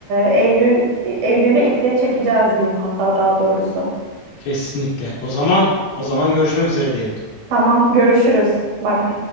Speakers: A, on the right; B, on the left.
A: Eylül Eylül'ü iple çekeceğiz diyeyim hatta daha doğrusu.
B: kesinlikle. O zaman o zaman görüşmek üzere diyelim.
A: Tamam, görüşürüz. Bay bay.